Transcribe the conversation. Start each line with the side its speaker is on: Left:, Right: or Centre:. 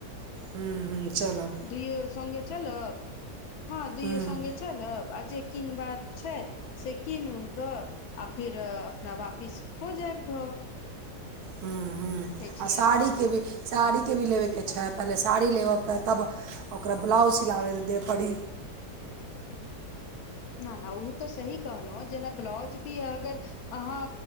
Right: हूँ हूँ चलब
Left: दुयो संगे चलब, हँ दूयो
Right: हूँ
Left: संगे चलब आ जे किन बाक छै से कीन उन कऽ, आ फेर अपना वापिस हो जायब घ
Right: हूं- हूं
Left: छियै
Right: आ साड़ी
Left: अहाँ
Right: के भी साड़ीके भी लेबेके छै, पहिले साड़ी लेबऽके तब ओकरा ब्लाउज सिलाबै देब पड़ी।
Left: ना -ना ओ तऽ सही कहलहुँ, जेना ब्लाउज भी अगर अहाँ